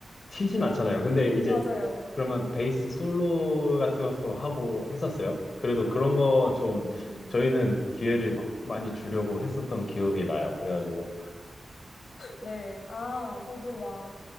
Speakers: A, on the left (about 55°); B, on the left (about 80°).
A: 튀진 않잖아요. 근데 이제
B: 맞아요.
A: 그러면 베이스 솔로 같은 것도 하고 했었어요. 그래도 그런 거 좀
B: 음,
A: 저희는 기회를 막 많이 주려고 했었던 기억이 나요. 그래가지고
B: 네. 아, 저도 막,